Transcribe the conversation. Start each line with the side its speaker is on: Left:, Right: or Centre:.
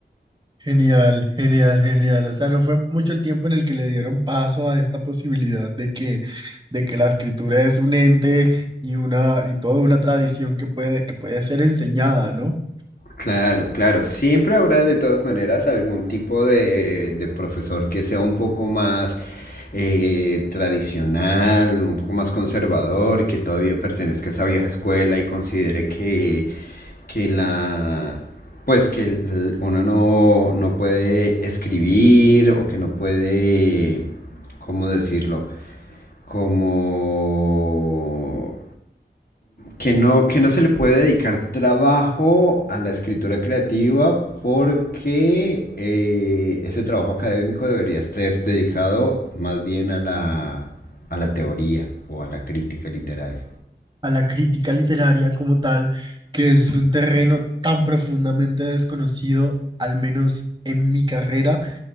Right: Genial, genial, genial. O sea, no fue mucho el tiempo en el que le dieron paso a esta posibilidad de que, de que la escritura es un ente y una, y toda una tradición que puede, que puede ser enseñada, ¿no?
Left: Claro, claro. Siempre habrá de todas maneras algún tipo de, de profesor que sea un poco más eh, tradicional, un poco más conservador, que todavía pertenezca a esa vieja escuela y considere que, que la pues que el- uno no, no puede escribir o que no puede, ¿cómo decirlo? Como que no, que no se le puede dedicar trabajo a la escritura creativa porque eh, ese trabajo académico debería estar dedicado más bien a la, a la teoría o a la crítica literaria.
Right: A la crítica literaria como tal, que es un terreno tan profundamente desconocido, al menos en mi carrera,